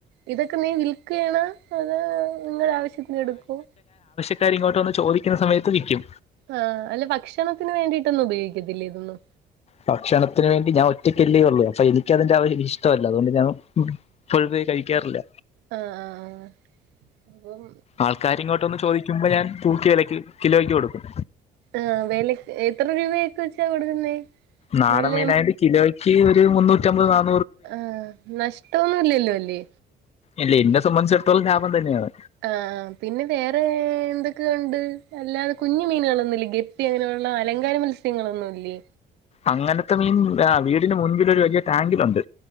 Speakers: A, on the right; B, on the left.
A: ഇതൊക്കെ നീ വിൽക്കുകയാണോ അതോ നിങ്ങളുടെ ആവശ്യത്തിന് എടുക്കു
B: ട്ടുകാരെ ഇങ്ങോട്ട് ചോദിക്കുന്നസമയത്ത് വിൽക്കും
A: ആഹ് അല്ല ഭക്ഷണത്തിന് വേണ്ടിട്ടൊന്നും ഉപയോഗിക്കത്തില്ലേ ഇതൊന്നും
B: ഭക്ഷണത്തിന് വേണ്ടി ഞാൻ ഒറ്റക്കല്ലേ ഉള്ളു അപ്പൊ എനിക്കതിന്റെ ആ ഒരു ഇഷ്ട്ടല്ല അതുകൊണ്ട് ഞാൻ ഫുൾ കഴിക്കാറില്ല
A: ആഹ് ആഹ് ആഹ് അപ്പം
B: ആൾക്കാരിങ്ങോട്ടന്ന് ചോദിക്കുമ്പോ ഞാൻ തൂക്കി വിലക്ക് കിലോയ്ക്ക് കൊടുക്കും
A: ആ വെലക്ക് എത്ര രൂപ ഒക്കെ വെച്ചാ കൊടുക്കുന്നേ
B: നാടമീനായി
A: നല്ല
B: കിലോയ്ക്ക് ഒരു മുന്നൂറ്റിമ്പത് നാന്ന്
A: ആ നഷ്ട്ടൊന്നും ഇല്ലല്ലോ അല്ലേ
B: ഇല്ല എന്നെ സംബന്ധിച്ചിടത്തോളം ലാഭം തന്നെയാണ്
A: ആ പിന്നെ വേറെ എന്തൊക്കെ ഉണ്ട് അല്ലാതെ കുഞ്ഞു മീനേളൊന്നൂല്ലേ ഗ പ്പി അങ്ങനെയുള്ള അലങ്കാര മത്സ്യങ്ങളൊന്നുംല്ലേ
B: അങ്ങനത്തെ മീൻ ആ വീടിന് മുൻപില് ഒരു വലിയ ടാങ്കിലുണ്ട്